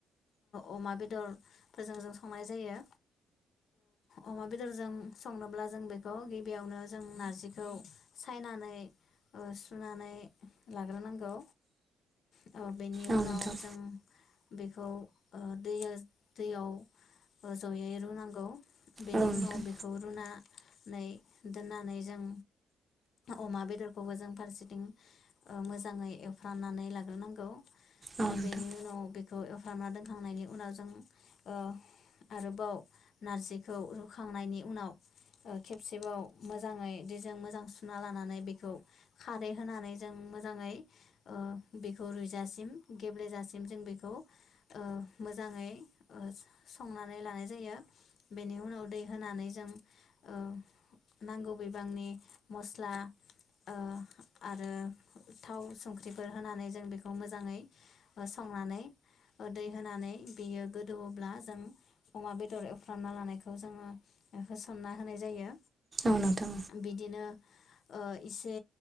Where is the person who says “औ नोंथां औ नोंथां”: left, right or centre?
Right